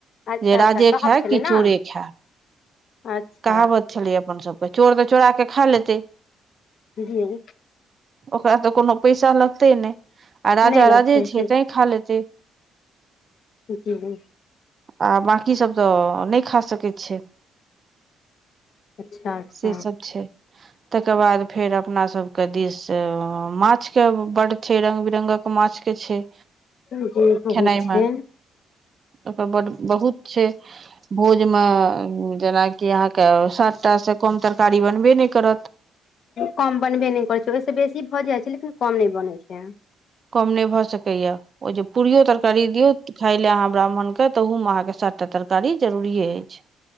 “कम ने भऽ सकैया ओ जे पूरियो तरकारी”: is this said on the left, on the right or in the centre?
Right